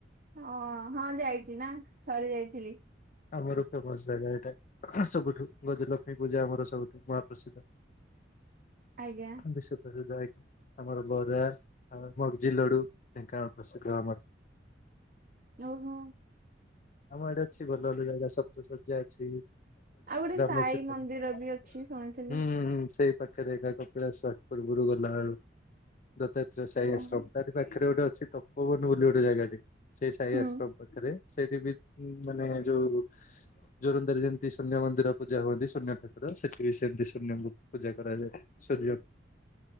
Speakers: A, on the right (about 50°); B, on the left (about 45°).
A: ଓ ହଁ ଯାଇଛି ନା ଥରେ ଯାଇଥିଲି।
B: ଆମର ଫେମସ ଜାଗା ଏଇଟା ସବୁଠୁ ଗଜଲକ୍ଷ୍ମୀ ପୂଜା ଆମର ସବୁଠୁ ମହାପ୍ରସିଦ୍ଧ।
A: ଆଜ୍ଞା।
B: ବିଶ୍ୱ ପ୍ରସିଦ୍ଧ ଆଜ୍ଞା ଆମର ବରା ଆଉ ମଗଜି ଲଡ଼ୁ ଢେଙ୍କାନାଳ ପ୍ରସିଦ୍ଧ ଆମର।
A: ଆଉ କ
B: ଆମ ଏଇଠି ଅଛି ଭଲ ଭଲ ଜାଗା ସପ୍ତସବ୍ଜା ଅଛି।
A: ଆଉ ଗୋଟେ ସାଇ
B: <unintelligible>
A: ମନ୍ଦିର ବି ଅଛି ଶୁଣିଥିଲି।
B: ହୁଁ ହୁଁ ହୁଁ ସେଇପା। ପାଖରେ ଏକା କପିଳାସ ପୂର୍ବରୁ ଗଲାବେଳୁ ଦତ୍ତାତ୍ରୟ ସାହି
A: ହଁ।
B: ଆଶ୍ରମ ତାରି ପାଖରେ ଗୋଟେ ଅଛି। ତପୋବନ ବୋଲି ଗୋଟେ ଜାଗାଟେ ସେଇ ସାହି
A: ହୁଁ।
B: ଆଶ୍ରମ ପାଖରେ ସେଇଠି ବି ହୁଁ ମାନେ ଯୋଉ ଜୋରନ୍ଦାରେ ଯେମିତି ଶୂନ୍ୟ ମନ୍ଦିର ପୂଜା ହୁଅନ୍ତି ଶୂନ୍ୟ ଠାକୁର ସେଠି ବି ସେମିତି ଶୂନ୍ୟଙ୍କୁ ପୂଜା କରାଯାଏ। ସୂର୍ଯ୍ୟ